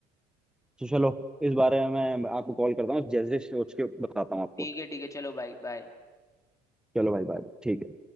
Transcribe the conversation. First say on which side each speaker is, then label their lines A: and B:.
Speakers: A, in the centre; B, on the left.
A: तो चलो इस बारे में मैं आपको कॉल करता हूँ जैसे सोच के बताता हूँ आपको
B: ठीक है ठीक है चलो भाई बाय
A: चलो भाई बाय ठीक है